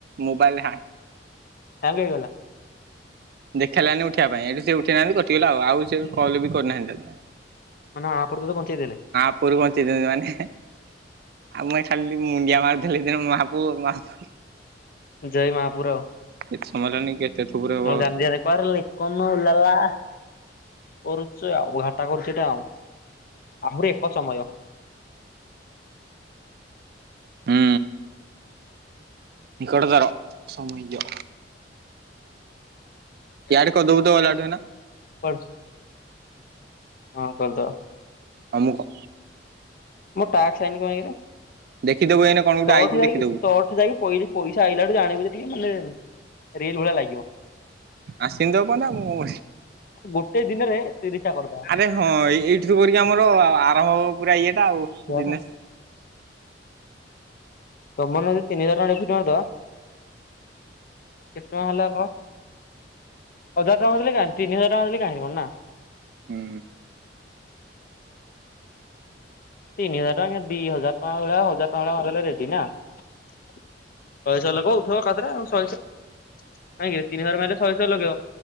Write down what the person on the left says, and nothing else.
ହାଙ୍ଗ ହେଇଗଲା
ମାନେ ମହାପୁରୁ ତତେ ବଞ୍ଚେଇ ଦେଲେ
ଜୟ ମହାପୁର ଆଉ
ମୋ
ଗଞ୍ଜିଆରେ କୂଅରେ ଲେ କଣ ଲାଲା ଘାଟା କରୁଛୁ ଆଉ ଆମର ଏକ ସମୟ
କ
ଦ
ପ ହଁ କରିଲଦ
ମୋ ଟାକ୍ାଇନି କରେ
ତଠ
ଯାଇକି
ତଠ ଯାଇକି କହିଲି ପଇସା ଆଇଲାା ବଠୁ ଜାଣିବୁ ଟିକେ ମାନେ ରେଲ ଭଳିଆ ଲାଗିବ
ଗୋଟେ ଦିନରେ ତିରିଶଟା କରିଦବା
ଦେଖ
ତମର ନଦି ତିନି ହଜାର ଟଙ୍କା ଫୁ ତ କେତେ ଟଙ୍କା ହେଲେ ହଜାର ଟାଲୋ ତିନିଜାର ଟା ଦେଲେ କାଁିବ ନା
ତିନ ହଜାର ଟଙ୍କା ଦି ହଜାର ଟଙ୍କା ହଜାର ଟଙ୍କା ରେ ଗଲେ ରେଡିି ନା ଶହେ ଶହ ଲଗେଇ ଉଠେଇବ କାାତରେ ଆ ଶହେ ଶହ କାହିଁକି ତିନି ହଜାର ମାରିଲେ ଶହେ ଶହ ଲଗେଇବ